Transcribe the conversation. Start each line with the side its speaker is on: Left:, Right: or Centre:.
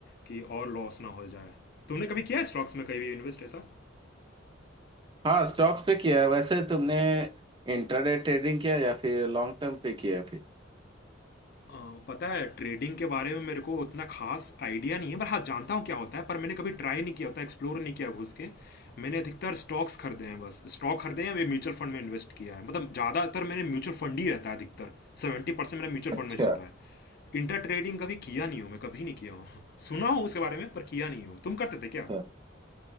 Left: कि और लॉस ना हो जाए तुमने कभी किया है स्टॉक्स में कभी इन्वेस्ट ऐसा
Right: हाँ स्टॉक्स पे किया है वैसे तुमने इंट्राडे ट्रेडिंग किया या फिर लॉन्ग टर्म पे किया है फिर
Left: अ, पता है ट्रेडिंग के बारे में मेरे को उतना खास आइडिया नहीं है पर हाँ जानता हूँ क्या होता है पर मैंने कभी ट्राई नहीं किया होता एक्सप्लोर नहीं किया घुस के मैंने अधिकतर स्टॉक्स खरीदे हैं बस स्टॉक खरीदे हैं म्यूचुअल फंड में इन्वेस्ट किया है मतलब ज़्यादातर मैंने म्यूचुअल फंड ही रहता है अधिकतर सेवेंटी परसेंट मेरा म्यूचुअल
Right: अच्छा
Left: फंड में जाता है इंटर ट्रेडिंग कभी किया नहीं हूँ मैं कभी नहीं किया हूँ <laughs> सुना हूँ उसके बारे में पर किया नहीं हूँ तुम करते थे क्या
Right: अच्छा